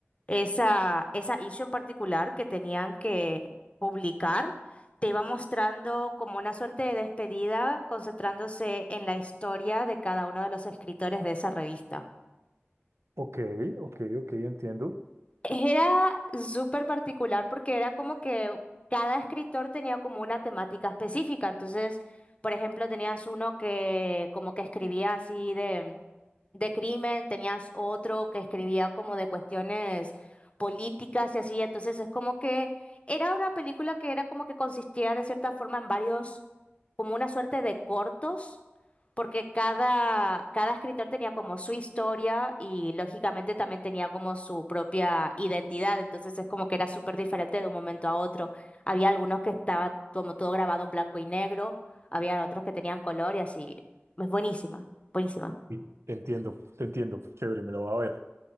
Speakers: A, on the left; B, on the right.
A: esa, esa issue en particular que tenían que publicar, te iba mostrando como una suerte de despedida, concentrándose en la historia de cada uno de los escritores de esa revista.
B: Ok, ok, ok, entiendo.
A: Era súper particular porque era como que cada escritor tenía como una temática específica. Entonces, por ejemplo, tenías uno que como que escribía así de de crimen, tenías otro que escribía como de cuestiones políticas y así, entonces es como que era una película que era como que consistía de cierta forma en varios, como una suerte de cortos, porque cada, cada escritor tenía como su historia y lógicamente también tenía como su propia identidad, entonces es como que era súper diferente de un momento a otro. Había algunos que estaba como todo grabado en blanco y negro, había otros que tenían color y así. Es buenísima, buenísima.
B: Sí, Te entiendo, te entiendo. Chévere, me la voy a ver,